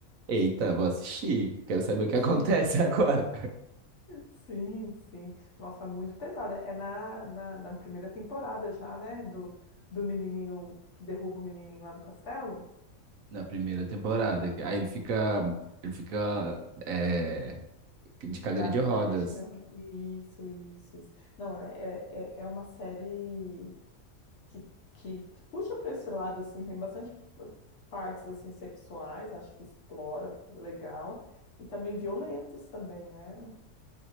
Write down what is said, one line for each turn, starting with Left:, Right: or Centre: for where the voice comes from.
Right: Eita, vou assistir. Quero saber o que
Left: <laughs>
Right: acontece <laughs> agora.
Left: Sim, sim. Nossa, muito pesada. É na, na, na primeira temporada já, né? Do, do menininho que derruba o menininho lá do castelo.
Right: Na primeira temporada. Aí ele fica. Ele fica. É, de cadeira
Left: Paraplégicas.
Right: de rodas.
Left: Isso, isso, isso. Não, é, é, é é uma série que, que, que puxa para esse lado, assim, tem bastante partes, assim, sexuais, acho que explora legal, e também violentos também, né?